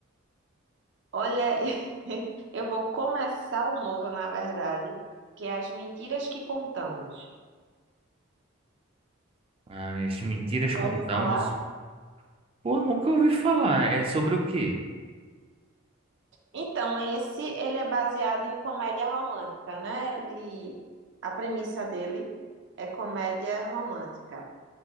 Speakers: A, on the right; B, on the right.
A: Olha, <laughs> eu vou começar um novo, na verdade, que é As Mentiras que Contamos.
B: Ah, As Mentiras
A: Já
B: Contamos.
A: ouviu falar?
B: Pô, nunca ouvi falar. É sobre o quê?
A: Então, esse ele é baseado em comédia romântica, né? Ele, a premissa dele é comédia romântica.